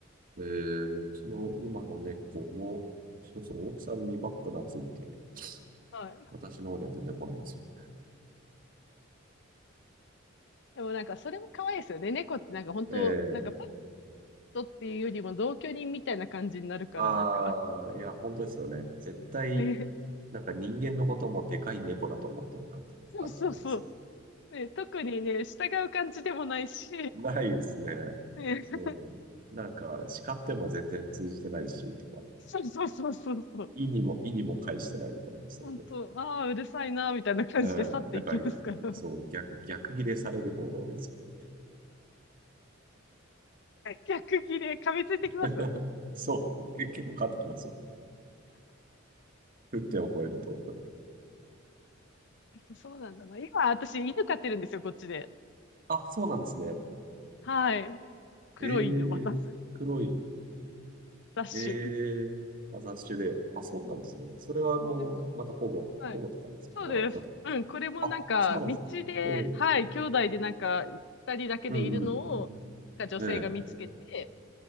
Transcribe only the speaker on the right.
えー、うちの今の猫も、うちのその奥さんにばっか懐いて、
私の方には全然来ないんですよね。
ええ
ああー、
いや、本当ですよね。絶対、
なんか人間のこともでかい猫だと思ってるなっていう感じがあります。
ないですね。
そう。なんか、叱っても全然通じてないし、とか、
意にも、意にも介してないみたいなんですね。
ええなんか、そう、逆、逆ギレされる方が多いですよね。
<laughs> そう、け結構変わってきますよ。沸点を超えると。
あ、そうなんですね。
ええ、
黒い、
ええ、まあ雑種で。あ、そうなんですね。それはもう、
また保護、
保護とかなんですかもらったとかなんですかあ、
そうなんです。
ええ、
うんうん。
え